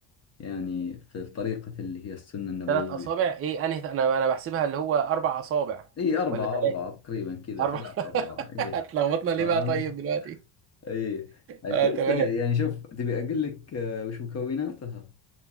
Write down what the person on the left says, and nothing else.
يعني في في طريقة اللي هي السنة النبوية
اي أربعة
أربعة تقريبا كذا
ثلاثة
أربعة اي
فاهم
اي الكبسة
هي- يعني شوف تبي أقول لك آه، وش مكوناتها